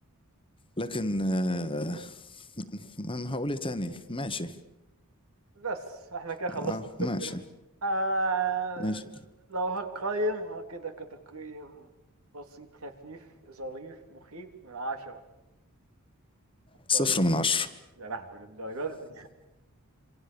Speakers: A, on the left (about 25°); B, on the right (about 70°).
A: لكن آه ما ما هقول ايه تاني ماشي
B: بس احنا كده خلصنا
A: اه
B: التوب
A: ماشي
B: 10 آه
A: ماشي
B: لو هقيم ها كده كتقييم بسيط خفيف ظريف مخيف من عشرة هقيم
A: صفر من عشرة
B: يا لهوي للدرجة دي